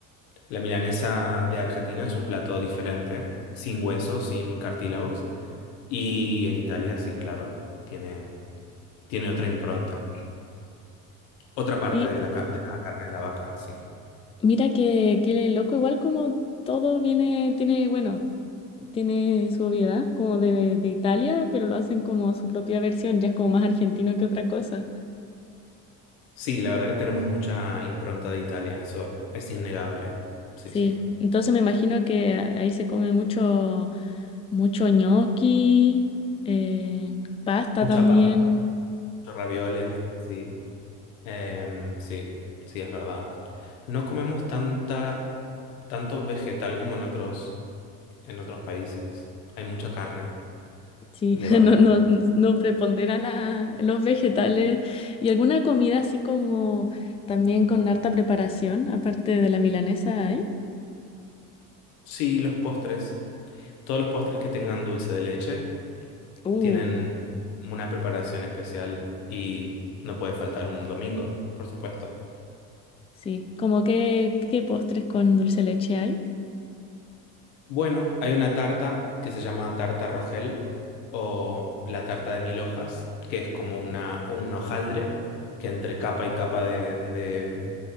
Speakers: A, on the left; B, on the left.
A: La milanesa de Argentina es un plato diferente, sin huesos, sin cartílagos. Y en Italia, sí, claro, tiene, tiene otra impronta. Otra parte
B: Y
A: de la, ca- de la carne de la vaca, sí.
B: mira que, que loco, igual como todo viene, tiene, bueno, tiene su obviedad, como de, de Italia, pero lo hacen como su propia versión, ya es como más argentino que otra cosa.
A: Sí, la verdad que tenemos mucha impronta de Italia, eso es innegable. Sí,
B: Sí,
A: sí.
B: entonces me imagino que a- ahí se come mucho, mucho ñoqui, eh, pasta
A: Mucha
B: también.
A: pasta, muchos ravioles, sí. Em, sí, sí, es verdad. No comemos tanta, tanto vegetal como en otros, en otros países. Hay mucha carne
B: Sí,
A: de
B: <laughs>
A: vaca.
B: no, no, no prepondera la- los vegetales y alguna comida así como también con harta preparación, aparte de la milanesa hay.
A: Sí, los postres. Todos los postres que tengan dulce de leche
B: Uh,
A: tienen una preparación especial y no puede faltar un domingo, por supuesto.
B: sí, como qué, qué postres con dulce de leche hay.
A: Bueno, hay una tarta que se llama tarta Rogel o la tarta de mil hojas, que es como una, un hojaldre que entre capa y capa de, de